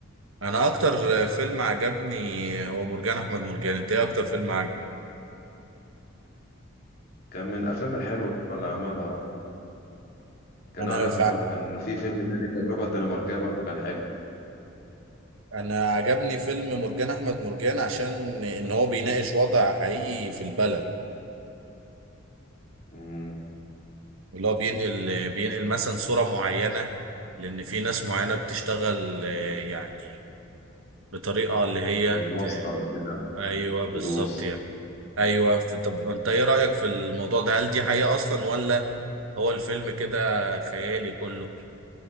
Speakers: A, on the right (about 75°); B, on the left (about 45°).
A: انا اكتر فيلم عجبني هو مرجان احمد مرجان انت ايه اكتر فيلم عجبك
B: كان من الافلام الحلوة اللي عملها اه كان
A: انا
B: عجبني برضه كان في فيلم تاني التجربة الدنماركية برضه كان حلو
A: انا عجبني فيلم مرجان احمد مرجان عشان ان هو بيناقش وضع حقيقي في البلد
B: امم
A: اللي هو بينقل بينقل مثلا صورة معينة لان في ناس معينة بتشتغل آه، يعني بطريقة اللي هي
B: الواسطة
A: ت...
B: كده
A: ايوه بالظبط
B: فلوس
A: يعني ايوه ف- طب انت ايه رأيك في الموضوع ده هل دي حقيقة اصلا ولا هو الفيلم كده خيالي كله